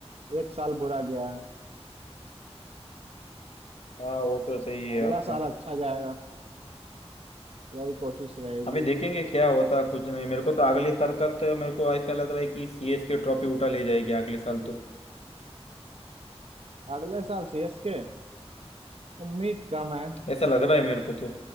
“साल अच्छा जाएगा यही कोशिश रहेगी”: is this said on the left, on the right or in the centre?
Right